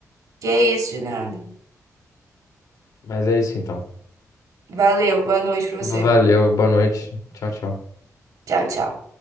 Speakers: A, on the right; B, on the left.
A: Que é isso, de nada.
B: Mas é isso então.
A: Valeu, boa noite pra
B: Valeu,
A: você.
B: boa noite. Tchau, tchau.
A: Tchau, tchau.